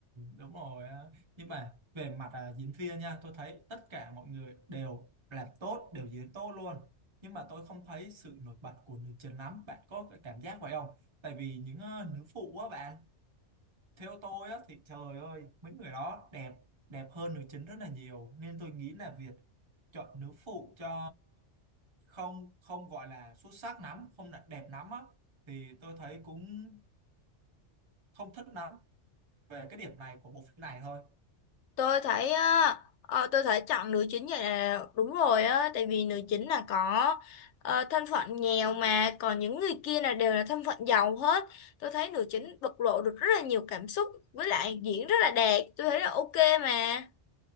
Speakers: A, on the right; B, on the left.
A: đúng rồi á. nhưng mà về mặt à, diễn viên nha tôi thấy tất cả mọi người đều làm tốt đều diễn tốt luôn nhưng mà tôi không thấy sự nổi bật của nữ chính lắm bạn có cái cảm giác vậy không tại vì những ờ, nữ phụ á bạn theo tôi á thì trời ơi mấy người đó đẹp đẹp hơn nữ chính rất là nhiều nên tôi nghĩ là việc chọn nữ phụ cho không không gọi là xuất sắc lắm không là đẹp lắm á thì tôi thấy cũng không thích lắm về cái điểm này của bộ phim này thôi
B: tôi thấy á, ờ, tôi thấy chọn nữ chính vậy là đúng rồi á tại vì nữ chính là có ờ, thân phận nghèo mà còn những người kia là đều là thân phận giàu hết tôi thấy nữ chính bộc lộ được rất là nhiều cảm xúc với lại diễn rất là đẹp tôi thấy là ok mà